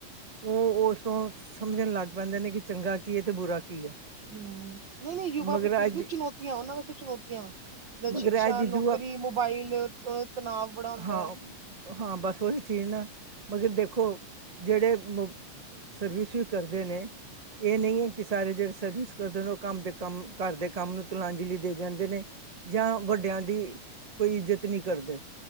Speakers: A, on the right; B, on the right.
A: ਉਹ ਉਸ ਤੋਂ ਸਮਝਣ ਲੱਗ ਪੈਂਦੇ ਨੇ ਕਿ ਚੰਗਾ ਕੀ ਹੈ ਤੇ ਬੁਰਾ ਕੀ ਹੈ।
B: ਹਮ ਨਹੀਂ ਨਹੀਂ ਯੁਵਾ
A: ਮਗਰ
B: ਪੀੜੀ
A: ਅੱਜ
B: ਚੁਣੌਤੀਆਂ ਉਹਨਾਂ ਵਾਸਤੇ ਚੁਣੌਤੀਆਂ,
A: ਮਗਰ
B: ਸ਼ਿਕਸ਼ਾ
A: ਅੱਜ ਦੀ
B: ਨੌਕਰੀ
A: ਯੁਵਾ
B: ਮੋਬਾਈਲ ਤਣਾਵ ਬੜਾ ਹੁੰਦਾ
A: ਹਾਂ
B: ਹੈ।
A: ਹਾਂ ਬਸ ਉਹੀ ਚੀਨ ਮਗਰ ਦੇਖੋ ਜਿਹੜੇ, ਸਰਵਿਸ ਵੀ ਕਰਦੇ ਨੇ, ਇਹ ਨਹੀਂ ਹੈ, ਕਿ ਸਾਰੇ ਜਿਹੜੇ ਸਰਵਿਸ ਕਰਦੇ ਉਹ ਕੰਮ ਦੇ ਕੰਮ ਘਰ ਦੇ ਕੰਮ ਨੂੰ ਤਲਾਂਜਲੀ ਦੇ ਜਾਂਦੇ ਨੇ ਜਾ ਵੱਡਿਆਂ ਦੀ ਕੋਈ ਇੱਜਤ ਨਹੀਂ ਕਰਦੇ